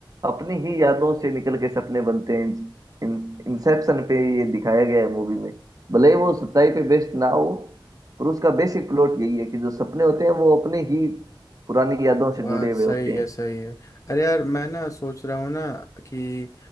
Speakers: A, on the right; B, on the left.
A: अपनी ही यादों से निकल के सपने बनते हैं इन, इंसेप्शन पे ये दिखाया गया है मूवी में भले ही वो सच्चाई पे बेस्ड ना हो पर उसका बेसिक प्लॉट यही है कि जो सपने होते हैं वो अपने ही पुरानी यादों से
B: बात
A: जुड़े हुए
B: सही
A: होते हैं
B: है सही है अरे यार मैं ना सोच रहा हूँ ना कि